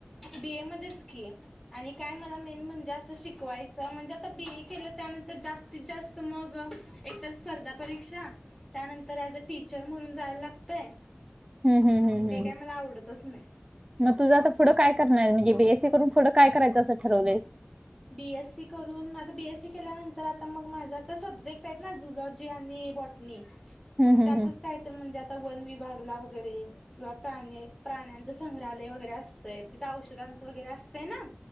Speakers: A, in the centre; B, on the right.
A: बीए मध्येच की, आणि काय मला मेन म्हणजे अस शिकवायच म्हणजे, आता बी ए केलं त्यानंतर, जास्तीत -जास्त मग एकतर स्पर्धा परीक्षा त्यानंतर ऍज अ टीचर म्हणून जायला लागतय.
B: हम्म हम्म
A: आणि
B: हम्म
A: ते
B: हम्म
A: काय मला आवडतच नाही.
B: मग तुझं आता पुढं काय करणार म्हणजे बीएसी करून पुढं काय करायचं असं ठरवलंस?
A: बी एस सी करून, माझ बी एस सी केल्यानंतर, आता मग माझा आता सब्जेक्ट आहेत ना झुलॉजी आणि बॉट नाही
B: हम्म
A: मग
B: हम्म
A: त्यातच काय तर म्हणजे आता वन विभागला वगैरे किंवा प्राणी- प्राण्यांचं संग्रहालय वगैरे असतय तिथं औषधांचं वगैरे असतय ना